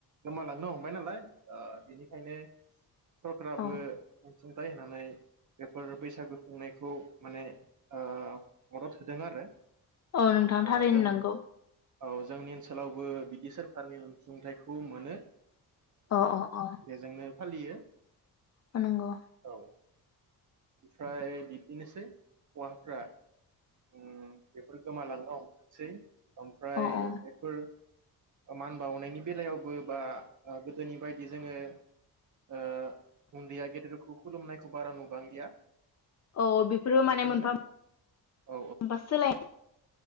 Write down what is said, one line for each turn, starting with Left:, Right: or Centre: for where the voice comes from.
Right: गोमालांनो हमबाय नालाय ओ खायनो सरखाराबो
Left: औ
Right: अनसुंथाइ होनानै बेफोर बैसागु खुंनायखौ माने ओ मदद होदों आरो
Left: औ नोंथां
Right: ओ
Left: थारैनो
Right: जों
Left: नोंगौ
Right: औ जोंनि ओनसोलावबो बिदि सोरखारनि अनसुंथाइखौ मोनो
Left: अ अ अ
Right: जोंनो फालियो
Left: अ नंगौ
Right: औ ओमफ्राय बिबदिनोसै हौवाफ्रा ओ बेफोर गोमालांनो हमथोंसै ओमफ्राय
Left: अ अ
Right: बेफोर मान बावनायनि बेलायावबो बा ओ गोदोनि बायदि जोङो ओ उन्दैया गेदेरखौ खुलुमनायखौ बारा नुबांलिया
Left: औ बेफोरबो माने
Right: बेफोरनो
Left: मोनफा मोनफा
Right: औ
Left: सोलायनाय